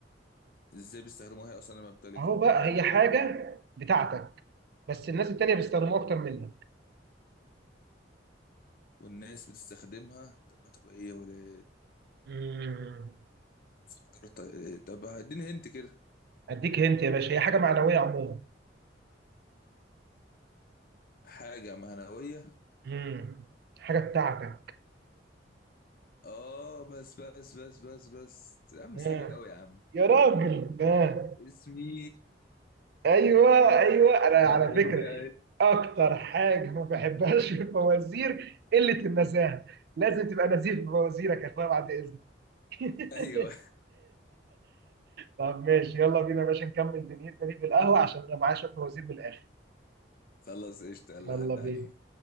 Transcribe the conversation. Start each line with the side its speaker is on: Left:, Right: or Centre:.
Left: ازاي بيستخدموها هي اصلا انا بمتلكها
Right: اهو بقى هي حاجة بتاعتك بس الناس التانية بيستخدموها اكتر منك
Left: والناس بتستخدمها طب هتبقى ايه ولا إيه؟
Right: امم
Left: فكرت- طب اديني هنت كده
Right: اديك هنت يا باشا هي حاجة معنوية عموما
Left: حاجه معنويه
Right: امم حاجة بتاعتك
Left: اه بس بس بس بس بس يا عم
Right: آه.
Left: سهلة قوي يا عم
Right: يا راجل آه.
Left: اسمي
Right: ايوه ايوه انا
Left: <laughs>
Right: على فكرة
Left: ايوه
Right: اكتر حاجة ما بحبهاش في الفوازير قلة النزاهة لازم تبقى نزيف في فوازيرك يا اخويا بعد اذنك <laughs>
Left: <laughs> ايوه
Right: طب ماشي يلا بينا يا باشا نكمل دنيتنا دي في القهوة عشان انا معايا شوية فوازير من الآخر
Left: خلاص قشطة يلا
Right: يلا
Left: عدى
Right: بينا
Left: عليك